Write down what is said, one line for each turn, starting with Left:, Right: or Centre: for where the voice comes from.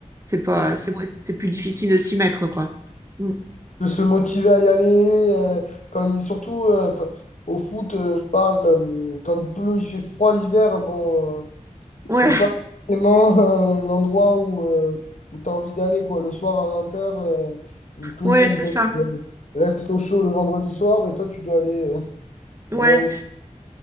Right: C'est pas, c'est ouais, c'est plus difficile de s'y mettre, quoi. Mm.
Left: de se motiver à y aller. euh, quand il, surtout euh, enfin, au foot, euh, je parle, euh, quand il pleut, il fait froid l'hiver, euh, bon, euh,
Right: Ouais,
Left: c'est pas forcément euh, l'endroit où, euh, où tu as envie d'aller, quoi. Le soir à vingt heures euh, où tout
Right: ouais,
Left: le monde
Right: c'est ça.
Left: euh, reste au chaud le vendredi soir, ben toi, tu dois aller. euh, tu
Right: Ouais.
Left: dois aller.